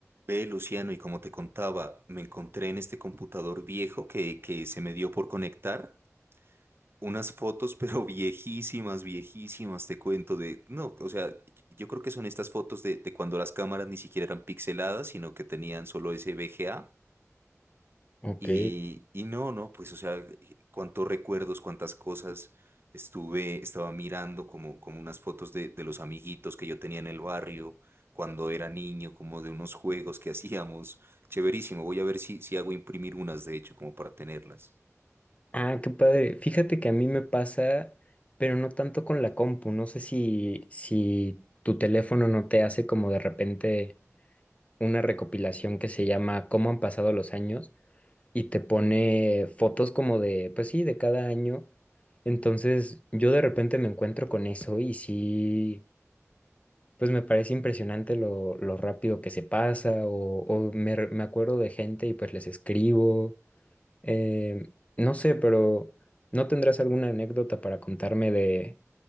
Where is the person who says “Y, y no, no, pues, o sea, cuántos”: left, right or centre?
Right